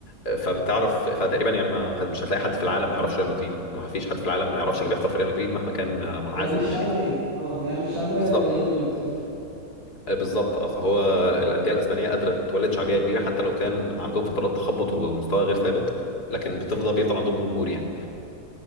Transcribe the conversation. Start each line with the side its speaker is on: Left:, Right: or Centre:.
Left: آه، فبتعرف فتقريبا يعني ما مش هتلاقي حد في العالم ما يعرفش ريال مدريد ما فيش حد في العالم ما يعرفش اللي بيحصل في ريال مدريد مهما كان آه، منعزل
Right: يعني الشعبية
Left: يعني
Right: اه يعني الشعبية
Left: بالظبط
Right: اللي هي اللي بتفرق
Left: آه، بالظبط اه فهو الانديه الاسبانيه قادره تولد شعبيه كبيره حتى لو كان عندهم فترات تخبط ومستوى غير ثابت لكن بتفضل بيفضل عندهم جمهور يعني